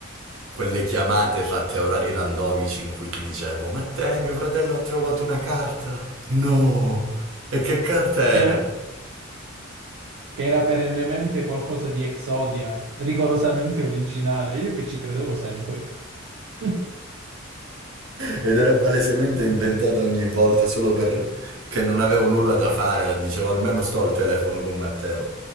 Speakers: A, on the right (about 80°); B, on the right (about 65°).
A: Quelle chiamate fatte a orari randomici in cui ti dicevo, ma te, mio fratello ha trovato una carta. No! E che carta era?
B: <laughs> che era, che era perennemente qualcosa di Exodia, rigorosamente originale, io che ci credevo sempre. <laughs>
A: Ed era palesemente inventata ogni volta solo perché non avevo nulla da fare, dicevo almeno sto al telefono con Matteo.